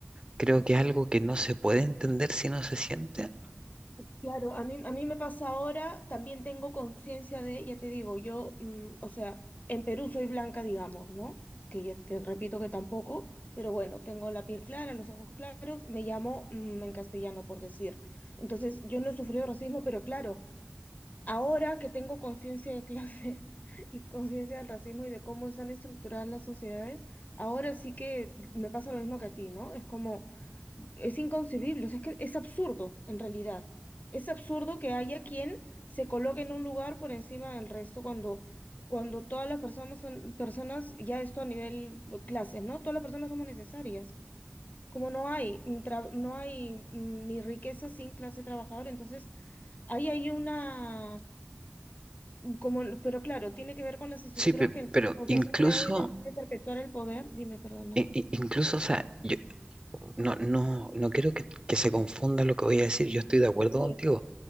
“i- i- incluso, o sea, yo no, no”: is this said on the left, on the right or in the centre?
Right